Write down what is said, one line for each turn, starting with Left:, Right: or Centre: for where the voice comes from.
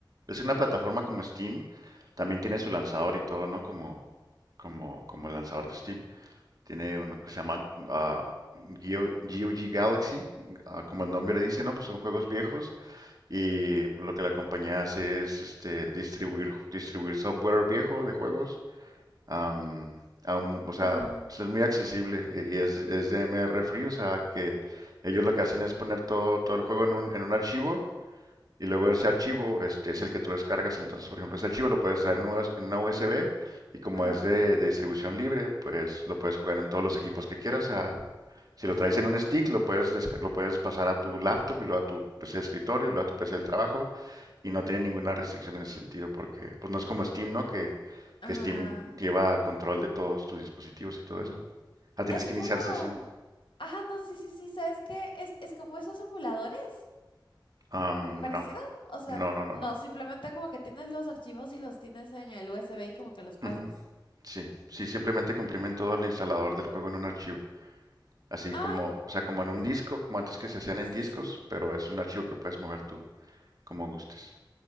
Right: es una plataforma como Steam. También tiene su lanzador y todo, ¿no? Como, como, como el lanzador de Steam. Tiene uno que se llama ah, Geo- GOG Galaxy, ah, como el nombre dice, ¿no? Pues son juegos viejos Y lo que la compañía hace es este, distribuir, distribuir software viejo de juegos. am, a un- o sea,
Left: Ajá,
Right: pues, es muy accesible eh, y es, es de R Free. O sea, que ellos lo que hacen es poner todo, todo el juego en un, en un archivo y luego ese archivo este, es el que tú descargas. Entonces, por ejemplo, ese archivo lo puedes traer en una, en una USB y como
Left: ajá,
Right: es de, de distribución libre, pues lo puedes jugar en todos los equipos que quieras. O sea, si
Left: ajá,
Right: lo traes en un
Left: ajá,
Right: stick, lo puedes, lo puedes pasar a tu laptop y luego a tu PC de escritorio y luego a tu PC del trabajo. Y no tiene ninguna restricción en ese sentido porque pues no es como Steam, ¿no? Que,
Left: ajá.
Right: que Steam lleva control de todos tus dispositivos y todo eso. Ah, tienes
Left: Es
Right: que
Left: como,
Right: iniciar sesión.
Left: ajá, no, sí, sí, sí, ¿sabes qué? Es, es como esos emuladores,
Right: Am,
Left: parecido,
Right: no,
Left: o sea,
Right: no, no, no,
Left: no,
Right: no.
Left: simplemente como que tienes los archivos y los tienes en el USB y como que los pasas.
Right: Ujú. Sí, sí, simplemente comprimen todo el instalador del juego en un archivo. Así
Left: Ay,
Right: como, o sea, como en un
Left: ajá,
Right: disco, como antes que se hacían
Left: sí,
Right: en
Left: sí,
Right: discos,
Left: sí.
Right: pero es un archivo que puedes mover tú como gustes.